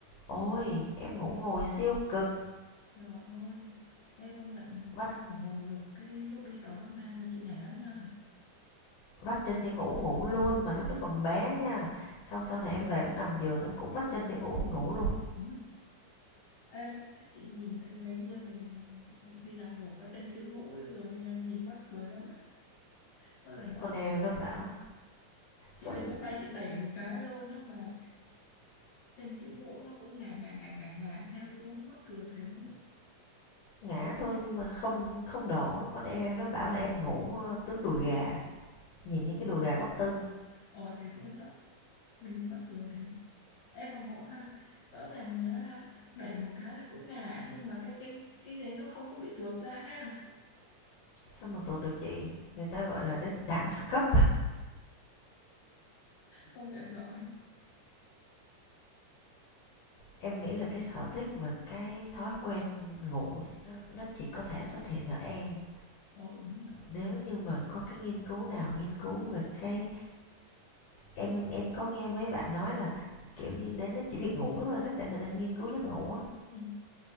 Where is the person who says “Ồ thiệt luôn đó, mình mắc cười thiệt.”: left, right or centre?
Left